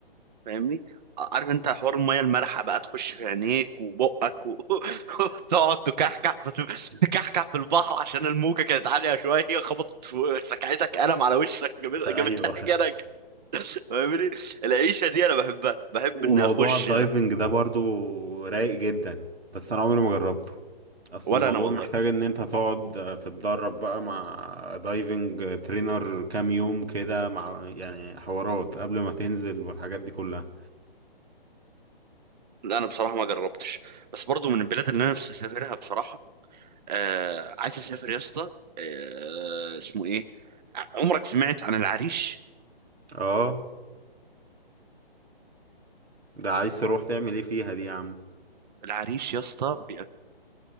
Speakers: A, on the right; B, on the right.
A: فاهمني عارف انت حوار الميه المالحه بقى تخش في عينيك وبقك و... <laughs> وتقعد تكحكح في
B: <laughs>
A: تكحكح في البحر عشان الموجه كانت عاليه شويه خبطت في سكعتك قلم على وشك جابت
B: ايوه
A: جابتها <laughs> جنك فاهمني العيشه دي انا بحبها بحب
B: وموضوع
A: ان اخش
B: الدايفنج ده برضو رايق جدا بس انا عمري ما جربته اصل
A: ولا
B: الموضوع
A: انا والله
B: محتاج ان انت تقعد آه، تتدرب بقى مع دايفنج ترينر كام يوم كده مع يعني حوارات قبل ما تنزل والحاجات دي كلها
A: لا انا بصراحه ما جربتش بس برضو من البلاد اللي انا نفسي اسافرها بصراحه آه عايز اسافر يا اسطى آه اسمه ايه عمرك سمعت عن العريش
B: اه ده عايز تروح تعمل ايه فيها دي يا عم
A: العريش يا اسطى بي-